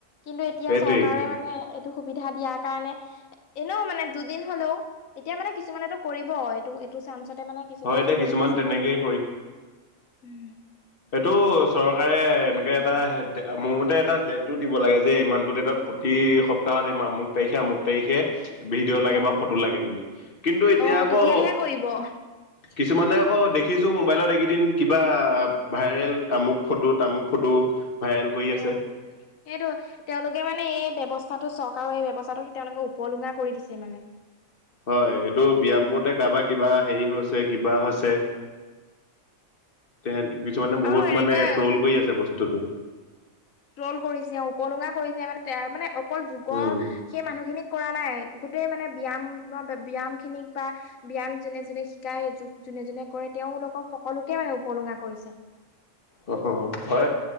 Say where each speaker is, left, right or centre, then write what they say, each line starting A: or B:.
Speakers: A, on the left; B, on the left.
A: কিন্তু এতিয়া
B: সেইটোৱেই
A: চৰকাৰে মানে এইটো সুবিধা দিয়াৰ কাৰণে এনেও মানে দুদিন হলেও এতিয়া মানে কিছুমানেতটো কৰিব এইটো এইটো চানসতে মানে কিছুমানটো
B: হয় এতিয়া কিছুমান
A: কৰিব চাগে
B: তেনেকেই
A: উম
B: টো চৰকাৰে এনেকৈ এটা মোৰ মতে এটা ডেটটো দিব লাগে যে ইমানটো ডেটত প্ৰতি এই সপ্তাহত এই আমুক তাৰিখে আমুক তাৰিখে ভিডিঅ' লাগে
A: অ
B: বা ফটো লাগে বুলি কিন্তু এতিয়া
A: অ
B: আকৌ
A: তেতিয়াহে কৰিব
B: কিছুমানে আকৌ দেখিছো মোবাইলত এইকেইদিন কিবা ভাইৰেল আমুক ফটো তামুক ফটো ভাইৰেল কৰি আছে
A: অ সেইটো তেওঁলোকে মানে এই ব্যৱস্থা স্থ চৰকাৰৰ এই ব্যৱস্থাটো তেওঁলোকে উপলুঙা কৰি দিছে মানে
B: হয় এইটো ব্যয়াম কৰোতে কাৰবাৰ কিবা হেৰি হৈছে কিবা হৈছে তেহে কিছুমানে বহুত
A: আৰু এনেকুৱাই
B: মানে ট্ৰল কৰি আছে বস্তুটো
A: ্ৰল কৰিছে উপলুঙা কৰিছে মানে তাৰ মানে অকল যুগৰ
B: উম
A: সেই মানুহখিনিক কৰা নাই গোটেই মানে ব্যায়াম ব্যায়াম খিনিক বা ব্যায়াম যেনে যেনে শিকায় যগ যোনে যোনে কৰে তেওঁলোকক সকলোকে মানে উপলুঙা কৰিছে
B: উ হয়।